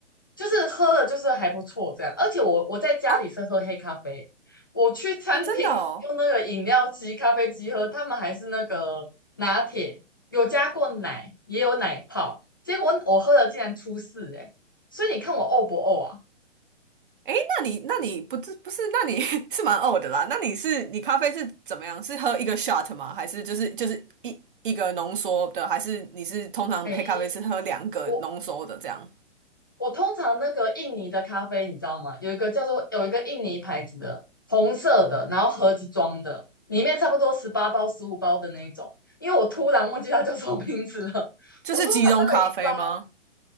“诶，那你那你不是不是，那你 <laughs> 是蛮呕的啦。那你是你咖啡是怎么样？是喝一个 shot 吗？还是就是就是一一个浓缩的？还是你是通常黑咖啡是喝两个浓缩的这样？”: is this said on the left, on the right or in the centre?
Right